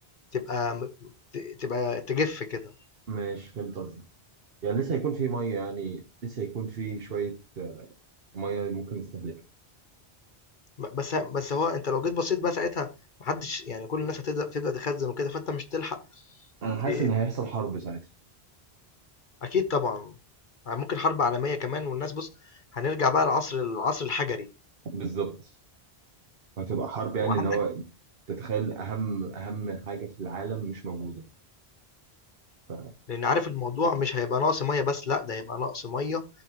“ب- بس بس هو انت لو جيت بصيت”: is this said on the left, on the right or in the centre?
Left